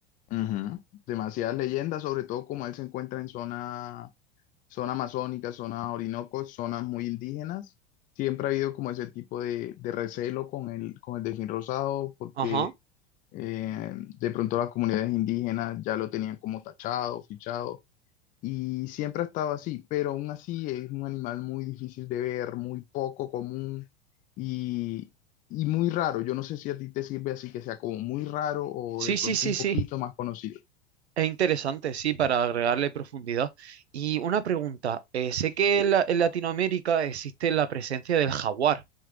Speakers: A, on the left; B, on the right.
A: Ujú. Demasiadas leyendas, sobre todo como él se encuentra en zona zona amazónica, zona Orinoco, zonas muy indígenas. Siempre ha habido como ese tipo de, de recelo con el, con el delfín rosado porque
B: Ajá.
A: eh, de pronto las comunidades indígenas ya lo tenían como tachado, fichado y siempre ha estado así, pero aún así es un animal muy difícil de ver, muy poco común y, y muy raro. Yo no sé si a ti te sirve así que sea como muy raro o
B: Sí,
A: de pronto
B: sí, sí,
A: un
B: sí.
A: poquito más conocido.
B: Es interesante, sí, para agregarle profundidad. Y una pregunta, eh, sé que en, la- en Latinoamérica existe la presencia del jaguar,